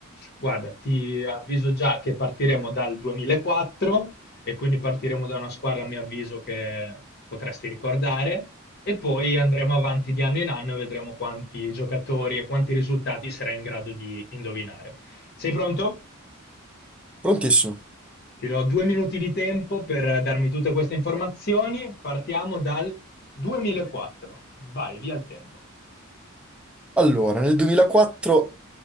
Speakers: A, on the left; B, in the centre.
A: Guarda, ti avviso già che partiremo dal 2004 e quindi partiremo da una squadra, a mio avviso, che potresti ricordare e poi andremo avanti di anno in anno e vedremo quanti giocatori e quanti risultati sarai in grado di indovinare. Sei pronto?
B: Prontissimo.
A: Ti do due minuti di tempo per darmi tutte queste informazioni. Partiamo dal 2004. Vai, via il tempo.
B: Allora, nel 2004